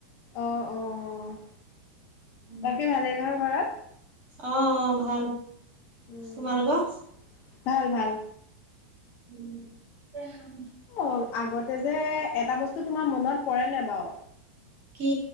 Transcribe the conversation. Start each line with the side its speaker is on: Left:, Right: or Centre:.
Left: অ', অ',
Right: উম
Left: বাকী ভালেই নহয় ঘৰত?
Right: অ', অ', ভাল।
Left: উম,
Right: তোমালোকৰ
Left: ভাল ভাল।
Right: উম। <unintelligible>
Left: অ আগতে যে এটা বস্তু তোমাৰ মনত পৰে নে নাই বাৰু
Right: কি